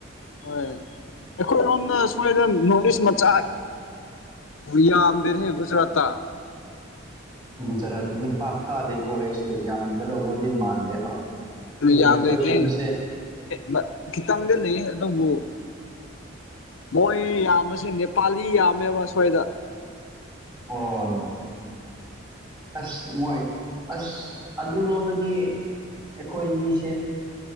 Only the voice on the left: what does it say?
ꯍꯣꯏ ꯑꯩꯈꯣꯏꯔꯣꯝꯗ ꯁ꯭ꯋꯥꯏꯗ ꯅꯣꯔꯠ ꯏꯁ ꯃꯆꯥ ꯌꯥ ꯑꯝꯗꯦꯔ ꯍ ꯨꯖꯔ ꯇ
ꯌꯥꯥꯕ
ꯂꯩꯇꯦ ꯈꯈꯤꯇꯪꯗ ꯑꯗꯨꯕꯨ ꯃꯣꯏ ꯌꯥꯝꯕꯁꯦ ꯅꯦꯄꯥꯂꯤ ꯌꯥꯝꯃꯦꯕ ꯑꯁ꯭ꯣꯏꯏꯗ